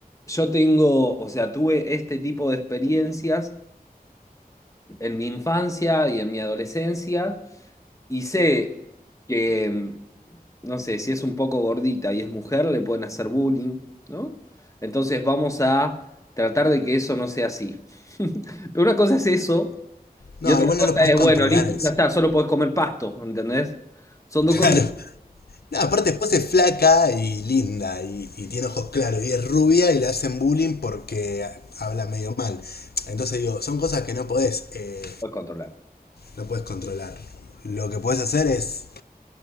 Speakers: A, on the left; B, on the left.
A: yo tengo, o sea, tuve este tipo de experiencias en mi infancia y en mi adolescencia y sé que no sé, si es un poco gordita y es mujer, le pueden hacer bullying, ¿no? Entonces vamos a tratar de que eso no sea así. <laughs> Pero una cosa es eso
B: No,
A: y otra
B: igual
A: cosa
B: no lo puedes
A: es,
B: controlar
A: bueno, listo,
B: eso.
A: ya está,
B: <laughs>
A: solo podés comer pasto, ¿entendés? Son dos cosas
B: Claro.
A: que no
B: No, aparte después es flaca y linda y, y tiene ojos claros y es rubia y le hacen bullying porque ha- habla medio mal. Entonces digo, son cosas que no podés, eh,
A: podés controlar.
B: no podés controlar. Lo que podés hacer es,